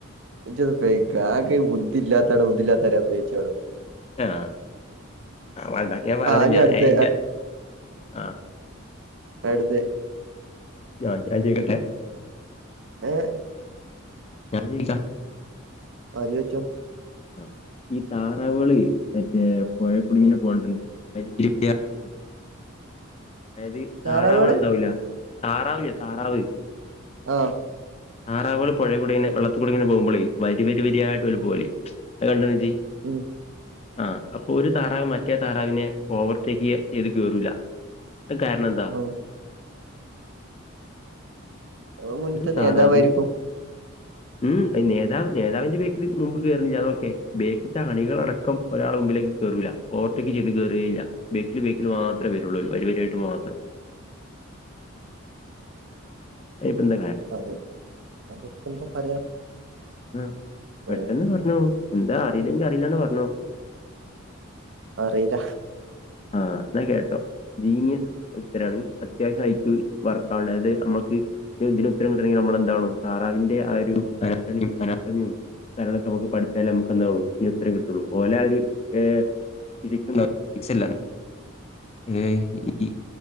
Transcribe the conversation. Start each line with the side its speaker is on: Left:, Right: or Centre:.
Right: ഇജ്ജോന്നു പൊയ്ക്കെ കാക്ക് ബുദ്ധി ഇല്ലാത്തെ ആണോ ബുദ്ധി ഇല്ലാത്തമാരി അഭിനയ്ക്കാണോ
Left: <unintelligible>
Right: ആ ഇനി അടുത്ത അവിടുത്തെ
Left: ആഹ് ഞാൻ ചോയ്ക്കട്ടെ
Right: ഏഹ്
Left: ഞാൻ ചോയ്ച്ചാ
Right: വായില് വെച്ചോ
Left: ആഹ് ഈ താറാവുകളെ മറ്റേ പുഴേക്കൂടിങ്ങനെ പോണത് വരി വരിയായിട്ട്
Right: <inaudible>
Left: അതായത്
Right: താറാവാണ്
Left: താറാവുകള് എന്താവൂല താറാവില്ലേ താറാവ്
Right: ആഹ്
Left: താറാവ്കള് പുഴേ കൂടിങ്ങനെ വെള്ളത്തി കൂടിങ്ങനെ പോകുമ്പോളേ വരി വരി വരിയായിട്ട് പോവല് അത് കണ്ടുക്കുന്നോ ഇജ്ജ്
Right: ഉംഹ്
Left: ആഹ് അപ്പൊ ഒരു താറാവ് മറ്റേ താറാവിനെ ഓവർടേക്ക് ചെ ചെയ്ത് കേറൂല അത് കാരണം എ
Right: ആ ആ, മുന്നത്തെ
Left: ഒരു താറാവ്
Right: നേതാവായിരിക്കും
Left: ഉംഹ് നേതാവ് നേതാവിന്റെ ബേക്കില് മുമ്പ് കേയറില്ല അത് ഓക്കെ ബേക്ക് കാണികളടക്കം ഒരാളെ മുമ്പിലേക്ക് കയറൂല്ല ഓവർ ടെയ്ക്ക് ചെയ്ത് കയറേയില്ല ബാക്കിൽ ബാക്കിൽ മാത്രേ വരുള്ളൂ വരി വരിയായിട്ട് മാത്രം. അതിന് ഇപ്പൊ എന്താ കാര
Right: അതെ അതൊക്കെ എന്താ പറയാ
Left: ഉംഹ് പെട്ടെന്ന്
Right: പറയാ
Left: പറഞ്ഞോളു എന്താ അറിയില്ലെങ്കിൽ അറിയില്ലാന്ന് പറഞ്ഞോ
Right: അറിയില്ല
Left: ആഹ് എന്നാ കേട്ടോ ജീനിയസ് ഉത്തരാണ് അത്യാവശ്യം ആയിട്ട് വർക്കാവില്ല അതായത് നമ്മുക്ക് ഇതിൽ ഉത്തരം കിട്ടണെങ്കിൽ നമ്മളെന്താവണം താറാവിന്റെ ആ ഒരു അനാടമിയും അനടമിയും കാരണംമൊക്കെ നമുക്ക് പഠിച്ചാലേ നമുക്ക് എന്താ ഉള്ളൂ ഇതിന് ഉത്തരം കിട്ടുള്ളൂ ഓല് ആണെങ്കി ഒരു ആഹ് <unintelligible> ഏഹ് ഈ